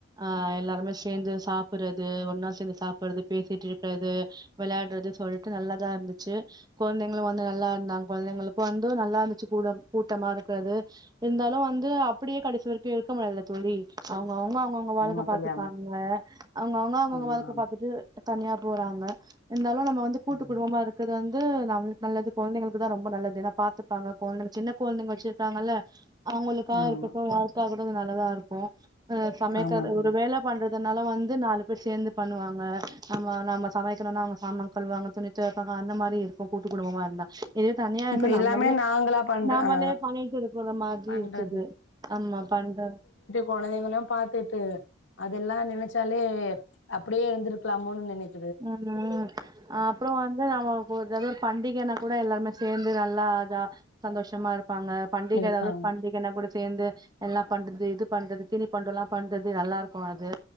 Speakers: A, on the right; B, on the left.
A: அ எல்லாருமே சேர்ந்து சாப்பிட்றது ஒரு நாள் சேர்ந்து சாப்பிடுறது பேசிட்டு இருக்கிறது விளையாடுறது சொல்லிட்டு நல்லாதா இருந்துச்சு குழந்தைங்களு வந்து நல்லா இருந்தாங்க குழந்தைங்களுக்கு வந்து நல்லா வச்சி கூட கூட்டமா இருக்றது இருந்தாலு வந்து அப்டியே கடைசி வரைக்கு இருக்க முடியாதுல தோழி அவுங்க அவுங்க அவங்கவுங்க அவங்க வாழக்க
B: ஆமா தோழி
A: பாத்துக்காங்க
B: ஆமா
A: அவங்க அவங்க அவங்க
B: ஆமா
A: வாழ்க்க பாத்துட்டு தனியா போறாங்க இருந்தாலு நம்ம வந்து கூட்டு
B: ஆமா
A: குடும்பமா இரு வந்து நம்ம நல்லது குழந்தைங்களுக்கு தா ரொம்ப நல்லது நான் பாத்து பாங்க குழந்தைங்க சின்ன குழந்தைங்க வச்சிருக்காங்கல்ல அவங்களுக்கா
B: ஆமா
A: இருக்கட்டு கூட்டா இருக்குறது நல்லா தான் இருக்கும் சமக்கிறது
B: ஆமா தோழி
A: ஒரு வேல பண்றதுனால வந்து நாலு பேர் சேந்து பண்ணுவாங்க நம்ம நம்ம சமயத்துல நாங்க அவங்க சாமகல் யூ ழவாங்க துணி வைப்பா அந்த மாதிரி இருக்கு கூட்டு குடும்பமா இருந்தா எது தனியா இருந்தா
B: இப்ப எல்லாமே
A: நம்மளே
B: நாங்களா பண்ற
A: நாமளே
B: ஆ
A: பண்ணிட்டு இருக்குற மாதிரி
B: பண்றது
A: இருக்குது ஆமா பண்ற
B: குழந்தைங்களு பாத்துட்டு அதெல்லா நினைச்சாலே அப்டியே எழுந்திருக்கலாமோனு நினைச்
A: ம் அப்புற வந்து நம ஏதாவது ஒரு பண்டிகைன்னா கூட எல்லாருமே சேர்ந்து நல்லா அத சந்தோஷமா இருப்பாங்க பண்டிகை
B: இருக்கா
A: ஏதாவது பண்டிகை ஏன்னா கூட சேர்ந்து எல்லா பண்றது இது பண்றது திணி பண்றது எல்லாபண்றது நல்லா இருக்கு அது